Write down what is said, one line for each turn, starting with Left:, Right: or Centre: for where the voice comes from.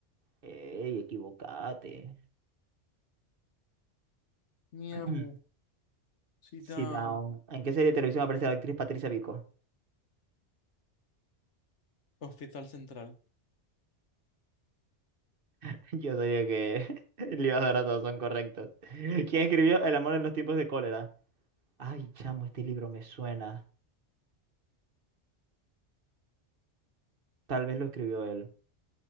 Right: Ey, equivocate.
Left: Mi
Right: <clears throat>
Left: amo, cita
Right: Sit down. ¿En qué serie de televisión aparece la actriz Patricia Pico?
Left: Hospital Central.
Right: <laughs> Yo sabía que <laughs> le ibas a dar a todos, son correctos. ¿Quién escribió El amor en los tiempos de cólera? Ay, chamo, este libro me suena. Tal vez lo escribió él.